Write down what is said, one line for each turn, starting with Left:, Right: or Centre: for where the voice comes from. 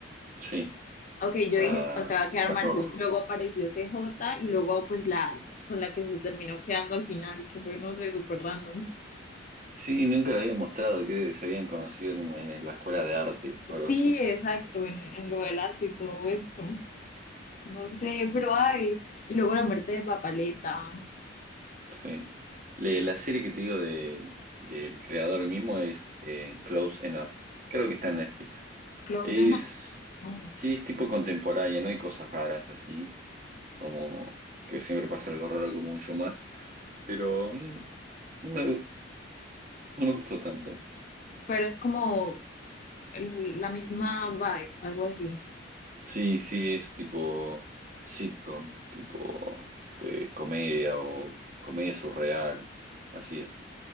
Right: Sí,
Left: Ok, yo
Right: la
Left: dije, bueno, se va a quedar
Right: pájaro
Left: Marceline.
Right: rojo.
Left: Luego apareció CJ y luego pues la con la que se terminó quedando al final, que fue, no sé, súper random.
Right: Sí, nunca la había mostrado, que se habían conocido en, un- en la escuela de arte o
Left: Sí,
Right: algo así.
Left: exacto, en, en lo del arte y todo esto. No sé, pero ay. Y luego la muerte de Papaleta.
Right: Sí. Le- la serie que te digo de, del creador mismo es eh, Close Enough. Creo que está en Netflix.
Left: Claudia
Right: Es,
Left: no. no,
Right: sí, es tipo contemporánea, no hay cosas raras así, como que siempre pasa algo raro como un show más, pero mm, no me, no me gustó tanto.
Left: Pero es como el- la misma vibe, algo así.
Right: Sí, sí, es tipo sitcom, tipo eh, comedia o comedia surreal. Así es.